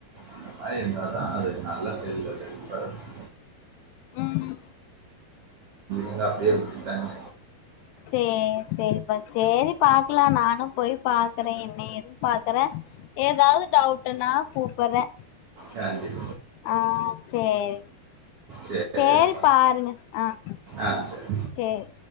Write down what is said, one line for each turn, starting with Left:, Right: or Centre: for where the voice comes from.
Right: அந்த மாரி இருந்தாதா அது நல்ல செல்ல செழிப்பா இருக்கு
Left: ம்
Right: இல்ல அப்டியே விட் தான
Left: சேர் செரிப்பா சேரி பாக்கலா நானும் பொய் பாக்குறே என்ன ஏதுன் பாக்குறே ஏதாவது டவுட்டுனா கூப்புர்ரே
Right: யான்டி
Left: ஆஹ் சேரி
Right: சரி
Left: சேரி பாருங்க ஆஹ்
Right: ஆ சரி
Left: சேர்